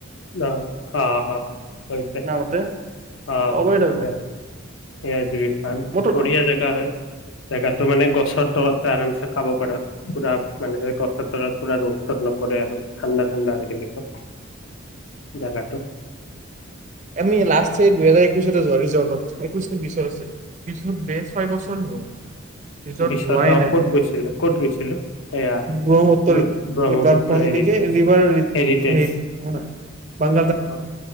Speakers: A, on the left; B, on the right.
A: অ অ আছে
B: শুনা মতে
A: অ
B: অবৈধ
A: ঠিক সেয়া আজিব
B: মোৰতো
A: বঢ়িয়া জাগা হয় জেগাটো মানে গছৰ তলত আৰামছে খাব পাৰ পুৰা মানে গছৰ তলত পুৰা ৰ'দ চ'দ নপৰে আৰু ঠাণ্ডা ঠাণ্ডা হৈ থাকিব জেগাটো
B: আমি লাষ্ট দুহেজাৰ একৈশ <unintelligible> ৰিজৰ্টত সেইটো চিত বিচাৰিছিলো পিছত বে ছয়বছৰ ৰিজৰ্ট
A: পিছত
B: যোৱাই
A: অ
B: নাই
A: ক'ত গৈছিলো ক'ত গৈছিলো এয়া
B: ব্ৰহ্মপুত্ৰৰ
A: ব্ৰ ব্ৰহ্মপুত্ৰ
B: ৰিভাৰ ফ্ৰণ্ট
A: হেৰিটেজ
B: নেকি ৰিভাৰ
A: হেৰিটেজ
B: হেৰী নহয়
A: অ